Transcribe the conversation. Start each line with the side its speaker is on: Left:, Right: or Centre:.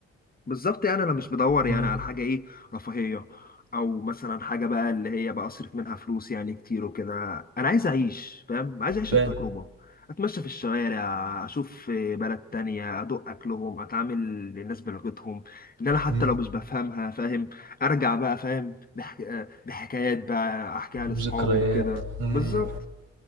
Left: بالظبط يعني انا مش بدور يعني
Right: إمم.
Left: على حاجه ايه رفاهيه او مثلا حاجه بقى اللي هي بقى اصرف منها فلوس يعني كتير وكده انا عايز اعيش فاهم عايز اعيش
Right: ب-
Left: التجربه اتمشى في الشوارع اشوف بلد تانية ادوق اكلهم اتعامل للناس بلغتهم ان انا حتى
Right: مم.
Left: لو مش بفهمها فاهم ارجع بقى فاهم بح... بحكايات بقى احكيها لاصحابي
Right: وذكريات
Left: وكده
Right: مم.
Left: بالظبط